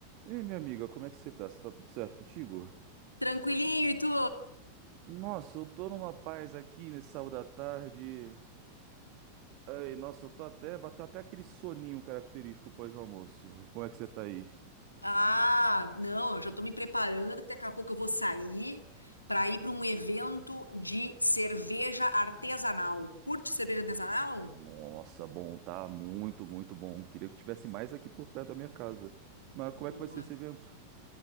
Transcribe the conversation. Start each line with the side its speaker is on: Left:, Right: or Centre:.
Right: Ei, minha amiga, como é que você tá? Você tá tudo certo contigo?
Left: Tranquilinho, e tu?
Right: Nossa, eu tô numa paz aqui nesse sábado à tarde. Ai, nossa, eu tô até, bateu até aquele soninho característico pós-almoço. Como é que você tá aí?
Left: Ah, não, eu já tô me preparando que daqui a pouco eu vou sair pra ir pra um evento de cerveja artesanal. Curte cerveja artesanal?
Right: Nossa, bom, tá muito, muito bom. Queria que tivesse mais aqui por perto da minha casa. Mas como
Left: Boa.
Right: é que vai ser esse evento?